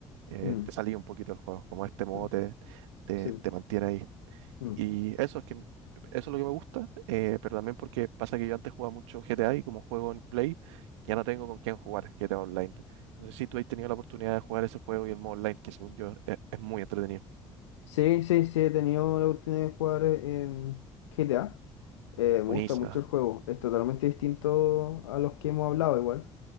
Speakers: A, on the right; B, on the left.
A: eh,
B: mm,
A: te salís un poquito del juego, como este modo
B: perfecto.
A: te, te,
B: Sí,
A: te mantiene ahí.
B: mm.
A: Y eso es que, m- eso es lo que me gusta, eh, pero también porque pasa que yo antes jugaba mucho GTA y como juego en Play, ya no tengo con quién jugar GTA Online. No sé si tú has tenido la oportunidad de jugar ese juego y el modo online, que según yo es, es muy entretenido.
B: sí, sí, sí, he tenido la oportunidad de jugar eh, em, GTA. Eh, me
A: Buenísima.
B: gusta mucho el juego. Es totalmente distinto a los que hemos hablado igual.